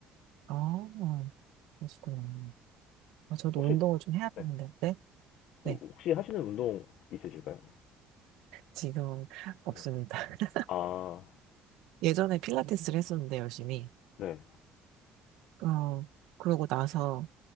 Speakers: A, on the right (about 80°); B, on the left (about 65°).
A: 아, 그러시구나. 아, 저도
B: 혹시
A: 운동을 좀 해야
B: 네.
A: 하는데, 네?
B: 그-
A: 네,
B: 혹시 하시는 운동 있으실까요?
A: 지금은 없습니다.
B: 네.
A: <laughs>
B: 아,
A: 예전에 필라테스를 했었는데, 열심히.
B: 네.
A: 어, 그러고 나서